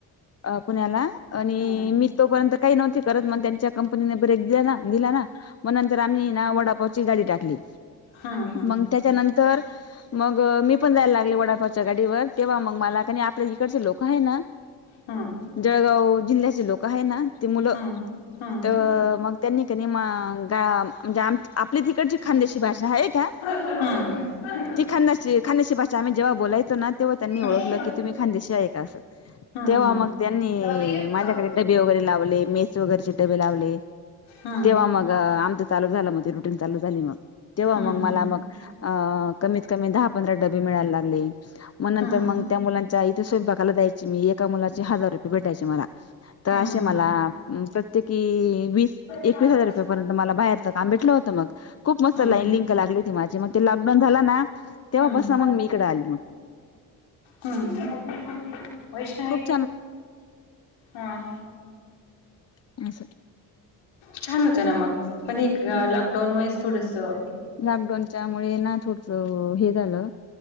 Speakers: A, on the left; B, on the left.
A: अ पुण्याला आणि
B: हम्म
A: मी तोपर्यंत. काही नव्हते करत. म त्यांच्या कंपनीने ब्रेक दिला ना, दिला ना मग नंतर आम्ही ये ना वडापाव ची गाडी टाकली.
B: हम्म हम्म
A: मग त्याच्यानंतर मग मी पण जायला लागले, वडापावच्या गाडीवर तेव्हा मग मला कनी आपल्या इकडचे लोक आहे ना
B: हम.
A: जळगाव जिल्ह्याचे लोक आहे ना, ते मुलं.
B: हम्म हम्म
A: तर मग त्यांनी कनी म गा म्हणजे आपली तिकडची खानदेशी भाषा आहे का?
B: हम्म. <inaudible>
A: ती खांदेशी खांदेशी भाषा आम्ही जेव्हा बोलायचो ना. तेव्हा त्यांनी
B: हम्म
A: ओळखलं की तुम्ही खांदेशी आहे का? असं.
B: हम्म
A: तेव्हा
B: हम्म
A: मग त्यांनी
B: जाऊ दे येत
A: माझ्याकडे
B: जाऊ
A: डबे वगैरे लावले, मी मेस वगरचे डबे लावले,
B: हम्म
A: तेव्हा मग आमच चालू झाल. मग रुटीन चालू झाली मग. तेव्हा
B: हम्म
A: मग मला मग. अ कमीत कमी दहा पंधरा डबे मिळायला लागले. मग नंतर
B: हम्म
A: मग त्या मुलांच्या इथे स्वयंपाकाला जायायची मी, एका मुलाचे हजार रुपये भेटायचे मला. तर असे
B: हम्म
A: मला प्रत्येकी वीस एकवीस
B: हम्म
A: हजार रुपयापर्यंत मला बाहेरच काम भेटलं होतं मग. खूप मस्त
B: हम्म
A: लाईन लिंक लागली होती. माझी म ते लॉकडाऊन झाला ना तेव्हापासून
B: हम्म
A: मग मी इकडे आली मग.
B: हम्म वैष्णवी
A: खूप
B: हम्म्म.
A: <inaudible> तेस.
B: छान होतं ना मग पण एक लॉकडाऊनमुळेच थोडंसं.
A: लॉकडॉऊनच्यामुळे ना थोडस हे झालं